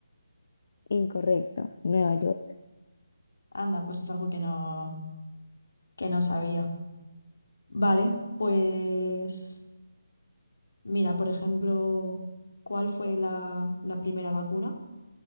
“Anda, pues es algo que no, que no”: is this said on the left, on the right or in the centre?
Left